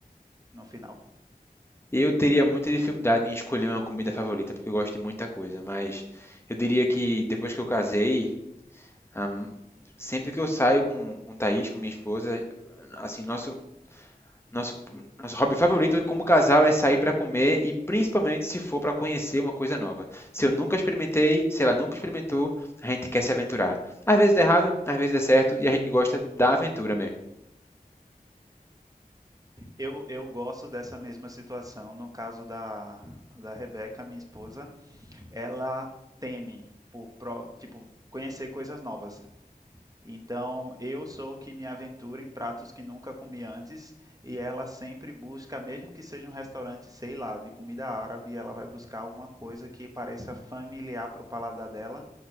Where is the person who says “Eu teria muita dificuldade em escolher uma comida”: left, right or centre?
Left